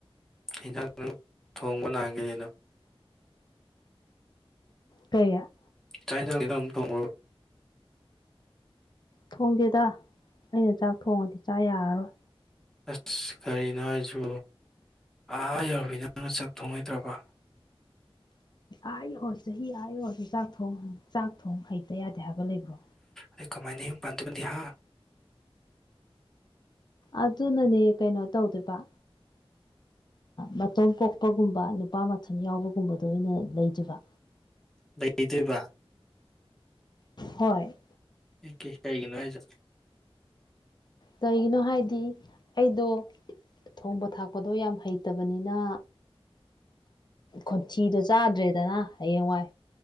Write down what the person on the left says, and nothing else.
ꯀꯌꯥ
ꯊꯣꯡꯗꯦꯗ ꯑꯩꯅ ꯆꯥꯛ ꯊꯣꯡꯉꯗꯤ ꯆꯥ ꯌꯥꯔꯔꯣꯏ
ꯑꯥ ꯌꯧꯔꯁꯨ ꯆꯍꯤ ꯑꯥ ꯑꯣꯏꯔꯁꯨ ꯆꯥꯛ ꯊꯣꯡ ꯆꯥꯛ ꯊꯣꯡ ꯍꯩꯇ ꯌꯥꯗꯦ ꯍꯥꯏꯕ ꯂꯩꯕ꯭ꯔꯣ
ꯑꯗꯨꯅꯅꯦ ꯀꯩꯅꯣ ꯇꯧꯗꯣꯏꯕ ꯃꯇꯣꯝ ꯄꯣꯛꯄꯒꯨꯝꯕ ꯅꯨꯨꯄꯥ ꯃꯊꯟ ꯌꯥꯎꯕꯒꯨꯝꯕꯗꯣ ꯑꯣꯏꯅ ꯂꯩꯖꯕ
ꯍꯣꯏ
ꯀꯔꯤꯒꯤꯅꯣ ꯍꯥꯏꯗꯤ ꯑꯩꯗꯣ ꯊꯣꯡꯕ ꯊꯥꯛꯄꯗꯣ ꯌꯥꯝ ꯍꯩꯇꯕꯅꯤꯅ ꯈꯣꯟꯊꯤꯗꯣ ꯆꯥꯗ꯭ꯔꯦꯗꯅ ꯍꯌꯦꯡꯋꯥꯏ